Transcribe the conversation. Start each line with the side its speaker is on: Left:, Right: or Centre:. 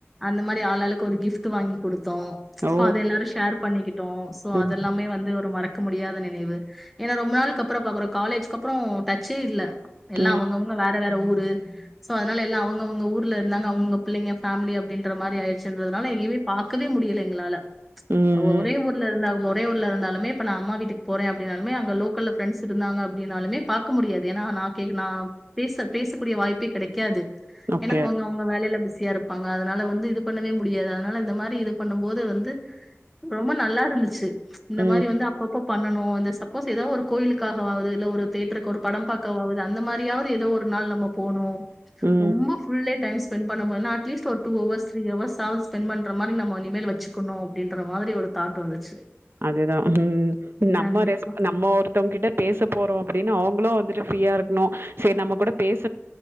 Centre: அந்த மாதிரி ஆள் ஆளுக்கு ஒரு கிஃப்ட் வாங்கி குடுத் தோ
Right: ஓ!
Centre: அது எல்லாரு ஷேர் பண்ணிக்கிட்டோ சோ
Right: ம்.
Centre: அது எல்லாமே வந்து ஒர் மறக் க்க முடியாத நினைவு ஏன்னா ரொம்ப நாளுக்கு அப்புறோ பாக்குறோ காலேஜுக்குஜ அப்புறோ டச்சே இல்ல எல்லா
Right: ம்.
Centre: அவுங்கவுங்க வ வேற வேற ஊரு சோ அதுனால எல்லா அவுங்கவுங்க ஊருல்ல இருந்தாங்க அவுங்கவுங்க பிள்ளைங்க ஃபேமிலி அப்பிடின்ற மாதிரி ஆயிருச்சுன்றதுனால எங்கியுமே பாக்கவே முடியல்ல எங்குளால்ல
Right: ம்.
Centre: அவ
Right: ம்.
Centre: ஒரே ஊர்ல இருந்தா ஒரே ஊருலால இருந்தாலுமே இப்ப நா அம்மா வீட்டுக்கு போறே அப்டின்னாலுமே அங் ங்க லோக்கல்ல ப்ரெண்ட்ஸ் இருந்தாங்க அப்டின்னாலுமே பாக்க முடியாது ஏனா நா கேக் நா பேச பேசக்கூடிய வாய்ப்பே கெடைக்காது
Right: ஓகே.
Centre: என்ன அவுங்க அவுங்க வேலையில்ல பிஸி ஸியா இருப்பாங்க அதுனால வந்து இது பண்ணவே முடியாது அதுனால இந்த மாரி இது பண்ணும் போது வந்து ரொம்ப நல்லா இருந்துச்சு இந்த
Right: ம்.
Centre: மாரி வந்து அப்பப்போ பண்ணனு இந்த சப் போஸ் எதாவுது ஒரு கோயிலுக்காகவகுது இல்ல ஒரு தேட்டருக்கு ஒர் படம் பார்க்கவாது அந்த மாதிரியாவது ஏதோ ஒரு நாள் நம்ம போணும்
Right: ம்.
Centre: ரொம்ப ஃபுல்லேட் டைம் ஸ்பெண்ட் பண்ண போது அட்லீஸ் ஒரு டூ ஹவர்ஸ் த்ரீ ஹவர்ஸ்சாது ஸ்பெண் பண்ற மாரி நம்ம இனிமேல் வெச்சுக்குனு அப்பின்ற மாதிரி ஒரு தாட்டு வந்துச்சு
Right: அதேதா உம் நம்ம
Centre: கண்டிப்பா.
Right: ரெஸ் நம்ம ஒர் ஒருத்தவங்க கிட்ட பேச போறோ அப்டின்னு அவங்களு வந்துட்டு ஃப்ரீயா இருக்கணு சேரி நம்ம கூட பேச